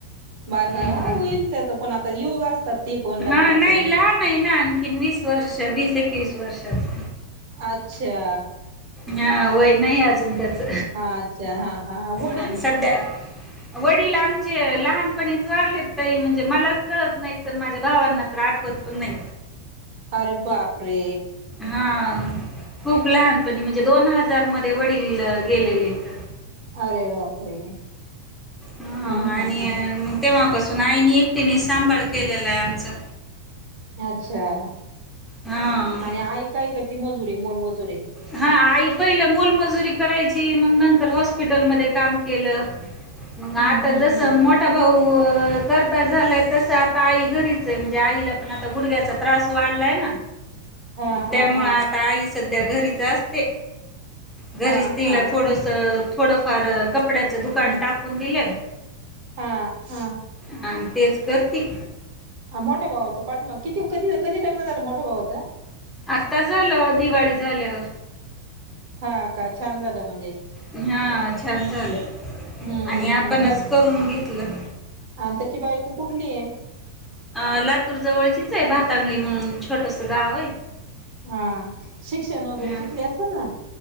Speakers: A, on the right (about 50°); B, in the centre.
A: बारका
B: हम्म.
A: हा होईल तेज पण आत ती योग असतात. ते पण लग्नाचे
B: हा नाही लहान नाही ना आ कीन वीस वर्ष वीस एकवीस वर्ष अस
A: अच्छा.
B: हा वय नाइ अजून त्याच
A: हा अच्छा हा हा वडील
B: आणि सध्या वडील आमचे लहानपणीच वारलेत ताई म्हणजे मलाच कळत नाइ तर माझ्या भावांना तर आठवत पण नाइ.
A: अरे बाप रे.
B: हा आ खूप लहानपणी म्हणजे दोन हजार मध् ते वडील लं गेलेलेत
A: अरे बापरे.
B: हा
A: हम्म
B: आणि
A: हम्म हम्म
B: य म तेव्हापासून त आईने एकटीने सांभाळ केलेलाय आमचा
A: अच्छा.
B: हा
A: आणि आई काय करते? ती मजुरी मोलमजुरी
B: हा आई पहिलं मोलमजुरी करायची मग नंतर हॉस्पिटलमध्ये काम केलं. मग
A: हम्म
B: आता
A: हम्म
B: जस
A: हम्म
B: मोठा भाऊ करता झालाय तसं आता आई घरीच आहे, म्हणजे आईला पण आता गुडघ्याचा त्रास वाढलाय ना!
A: हा
B: त्यामुळ
A: हा हा
B: आता आई सध्या घरी जास्ते घरीच
A: हा
B: तीला
A: हा
B: थोडस
A: हा
B: थोडंफार कप कपड्याचं दुकान
A: ह
B: टाकून दिलंय
A: हा हा
B: आणि तेच करती ती
A: हा मोठ्या भावाच पाठीमाग किती कधी कधी लग्न झालं मोठ्या भावाचं?
B: आता झालं दिवाळी झाल्यावर.
A: हा का छान झालं म्हणजे
B: हा छान झालं
A: हम्म
B: आणि
A: हम्म
B: आपणच
A: हम्म बाकी
B: करून घेत- लं
A: आणि त्याची बायको कुठलीय?
B: अ लातूर जवळचीच आहे भातांगळी म्हणून छोटस गाव आहे.
A: हा शिक्षण वगैरे
B: हा
A: शिकली असल ना.